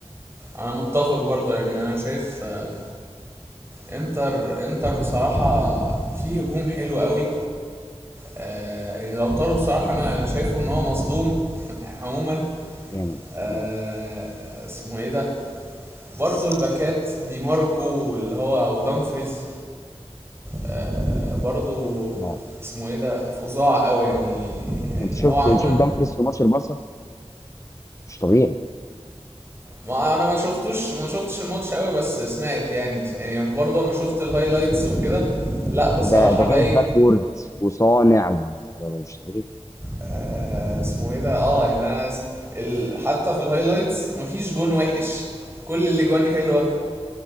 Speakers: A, on the right; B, on the left.
A: انا متفق برضه يعني انا شايف آه، انتر انتر بصراحة فيه هجوم حلو قوي آه يعني لو طاروا بصراحة انا أنا شايفه ان هو مظلوم <laughs> عموما
B: جامد
A: آه
B: اه
A: اسمه ايه ده برضه الباكات دي ماركو واللي هو ودامفريز آه، برضو
B: اه
A: اسمه ايه ده فظاع قوي يعني يعني
B: انت شفت
A: هو عموما
B: انت شفت دامفريز في ماتش البارسا مش طبيعي
A: ما انا ما شفتوش ما شفتش الماتش قوي بس سمعت يعني يعني برضو لما شفت الهايلايتس وكده لا بصراحة
B: ده ده
A: باين
B: جايب باكورد وصانع و- ده ده مش طبيعي
A: آه اسمه ايه ده اه يعني انا س- ال... حتى في الهايلايتس مفيش جون وحش كل الاجوان حلوة